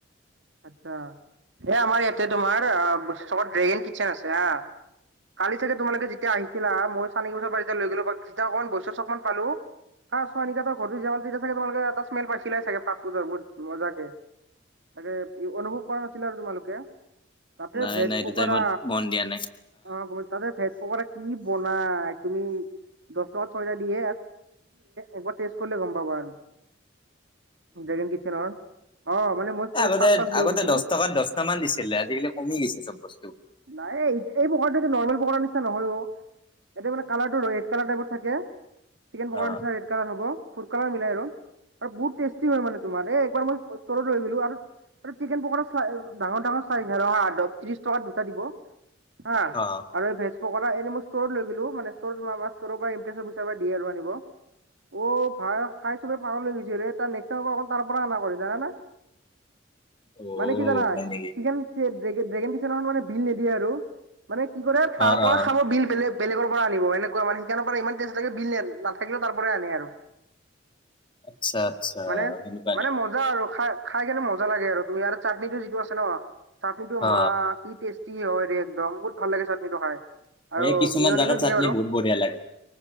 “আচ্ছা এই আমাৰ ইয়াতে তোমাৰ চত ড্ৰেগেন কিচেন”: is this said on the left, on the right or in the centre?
Right